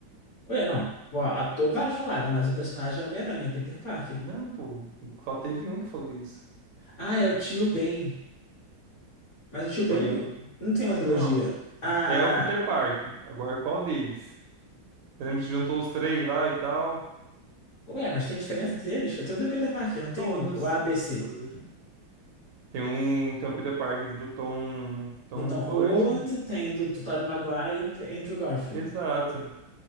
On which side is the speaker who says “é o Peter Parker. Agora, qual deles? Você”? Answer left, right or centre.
Right